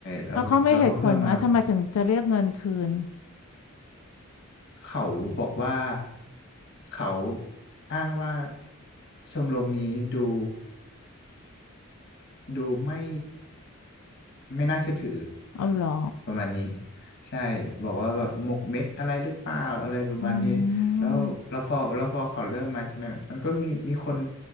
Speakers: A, on the left; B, on the left.
A: แล้วแล้วก็เพื่อมา
B: แล้วเขาไม่เหตุผลไหมทำไมถึงจะเรียกเงินคืน
A: เขาบอกว่า เขาอ้างว่าชมรมนี้ดู ดูไม่ไม่น่าเชื่อถือ
B: เอาเหรอ
A: <laughs> ประมาณนี้ใช่บอกว่าแบบหมกเม็ดอะไรหรือเปล่าอะไรประมาณนี้
B: อื
A: แล้วแล้วพอแล้วพอเขาเริ่มมาใช่ไหมมันก็มีมีคน
B: ม